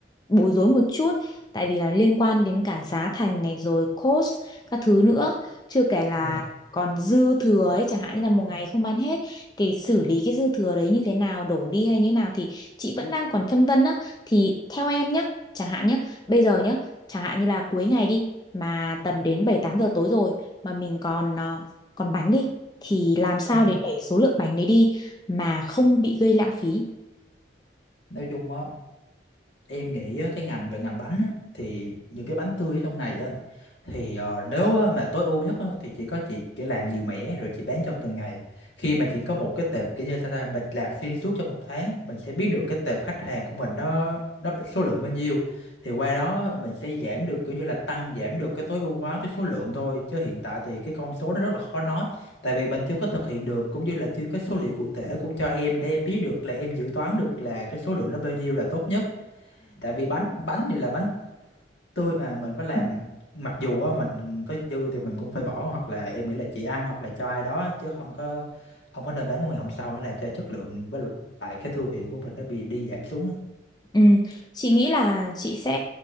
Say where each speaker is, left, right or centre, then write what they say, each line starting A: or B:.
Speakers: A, on the left; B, on the left.
A: bối rối một chút tại vì là liên quan đến cả giá thành này rồi cost các thứ nữa chưa kể là
B: Dạ.
A: còn dư thừa ấy chẳng hạn như là một ngày không bán hết thì xử lý cái dư thừa đấy như thế nào đổ đi hay như thế nào thì chị vẫn đang còn phân vân á thì theo em nhá chẳng hạn nhá bây giờ nhá chẳng hạn như là cuối ngày đi mà tầm đến 7 8 giờ tối rồi mà mình còn ờ, còn bánh đi thì làm sao
B: Ừ.
A: để đẩy số lượng bánh đấy đi mà không bị gây lãng phí
B: nói chung á em nghĩ á, cái ngành về ngành bánh á, thì những cái bánh tươi ở trong này á, thì ờ, nếu á, mà tối ưu nhất á, thì chỉ có chị chỉ làm nhiều mẻ rồi chị bán trong từng ngày khi mà chị có một cái tệp kiểu như ta làm mình làm xuyên suốt trong một tháng mình sẽ biết được cái tệp khách hàng của mình đó nó bị- số lượng bao nhiêu thì qua đó á, mình sẽ giảm được kiểu như là tăng giảm được cái tối ưu hóa cái số lượng thôi chứ hiện tại thì cái con số nó rất là khó nói tại vì mình chưa có thực hiện được cũng như là chưa có số liệu cụ thể của cho em để em biết được là em dự toán được là cái số lượng nó bao nhiêu là tốt nhất tại vì bánh bánh thì là bánh tươi mà mình phải làm
A: Ừ.
B: mặc dù á, mình có dư thì mình cũng phải bỏ hoặc là em nghĩ là chị ăn hoặc là cho ai đó chứ không có không có nên bán qua ngày hôm sau nó làm cho chất lượng với lại cái thương hiệu của mình nó bị đi giảm xuống á
A: Ừ, chị nghĩ là chị sẽ